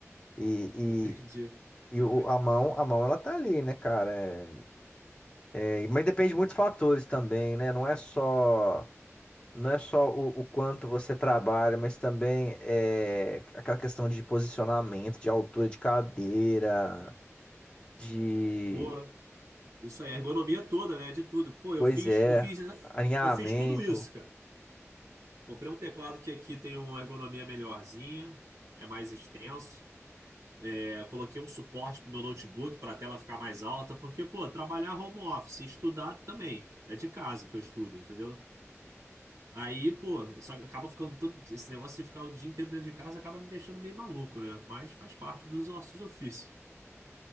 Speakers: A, on the left; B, on the right.
A: E, e,
B: Entendi. Caraca,
A: e o, a mão, a mão, ela tá ali, né, cara? É, é, mas depende
B: tá bom.
A: de muitos fatores também, né? Não é só, não é só o, o quanto você trabalha, mas também é aquela questão de posicionamento, de altura de cadeira, de
B: Pô, isso aí, a ergonomia toda, né? De tudo. Pô,
A: Pois
B: eu fiz,
A: é,
B: eu fiz,
A: alinhamento,
B: eu fiz tudo isso, cara. Comprei um teclado que aqui tem uma ergonomia melhorzinha, é mais extenso. É, eu coloquei um suporte pro meu notebook para a tela ficar mais alta, porque, pô, trabalhar home office, estudar também. É de casa que eu estudo, entendeu? Aí, pô, isso acaba ficando todo esse negócio de ficar o dia inteiro dentro de casa acaba me deixando meio maluco, né? Mas faz parte dos ossos do ofício.